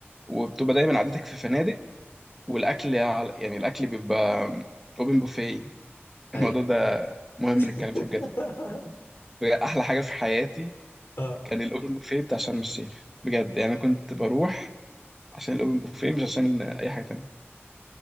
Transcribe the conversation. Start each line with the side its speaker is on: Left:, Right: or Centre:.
Centre: وبتبقى دايما عادتك في فنادق والاكل على- يعني الاكل بيبقى اوبن بوفيه
Left: اي
Centre: الموضوع ده مهم
Left: <laughs>
Centre: نتكلم فيه بجد بجد احلى حاجه في حياتي
Left: اه
Centre: كان الاوبن بوفيه بتاع شرم الشيخ بجد يعني انا كنت بروح عشان الاوبن بوفيه مش عشان اي حاجه تانية